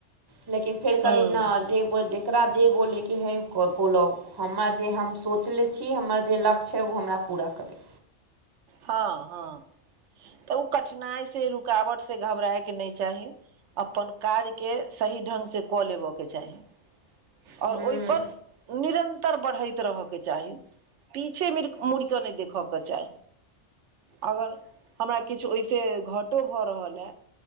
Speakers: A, on the right (about 25°); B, on the right (about 80°).
A: लेकिन फेर कहली
B: हूँ
A: न जे बोल जकरा जे बोलयके हइ बोलौ हमर जे हम सोचले छी हमर जे लक्ष हइ ओ हमरा पूरा करै
B: हँ हँ तऽ उऽ कठिनाइ से रुकावट से घबराए के नहि चाही अपन कार्य के सही ढ़ग से कऽ लेबयके चाही आओर
A: हूँ
B: ओहिपर निरन्तर बढ़ैत रहयके चाही पीछे मिर मुड़िकऽ नहि देखय के चाही अगर हमरा किछु ओहि से घटो भऽ रहलए